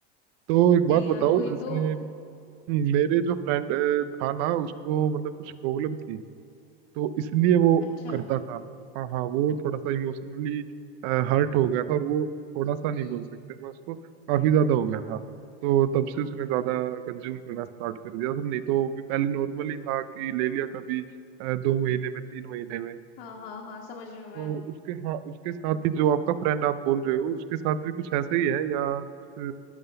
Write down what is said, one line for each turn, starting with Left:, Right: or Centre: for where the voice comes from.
Right: तो एक बात
Left: नहीं
Right: बताओ
Left: यार वही
Right: जैसे
Left: तो
Right: मेरे जो फ्रेंड था ना उसको मतलब कुछ प्रॉब्लम थी तो इसलिए वो
Left: अच्छा
Right: करता था हाँ हाँ वो थोड़ा सा इमोशनली हर्ट हो गया था और वो थोड़ा सा नहीं
Left: हम्म
Right: बोल सकते मैं उसको काफी ज्यादा हो गया था तो तब से उसने ज्यादा कंज्यूम करना स्टार्ट कर दिया था नहीं तो वो भी पहले नॉर्मल ही था कि ले लिया कभी अ, दो महीने में तीन महीने में
Left: हाँ हाँ हाँ समझ रही हूँ मैं
Right: तो उसके हाँ उसके साथ ही जो आपका फ्रेंड आप बोल रहे हो उसके साथ भी कुछ ऐसा ही है या कुछ